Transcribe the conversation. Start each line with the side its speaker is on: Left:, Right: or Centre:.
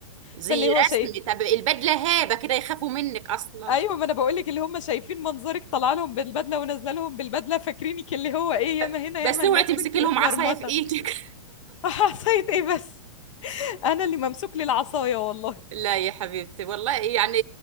Right: زي
Left: فاللي هو شيء
Right: رسمي طب البدلة هيبة كده يخافوا منك اصلا
Left: ايوه ما انا بقول لك اللي هم شايفين منظرك طالعه لهم بالبدله ونازله لهم بالبدله فاكرينك اللي هو ايه
Right: ب-
Left: ياما هنا
Right: بس
Left: ياما
Right: اوعي
Left: هناك
Right: تمسكي
Left: وانت متمرمطه
Right: لهم عصاية في ايدك
Left: <laughs> عصايه ايه بس انا اللي ممسوك لي العصايه والله
Right: <laughs> لا يا حبيبتي والله يعني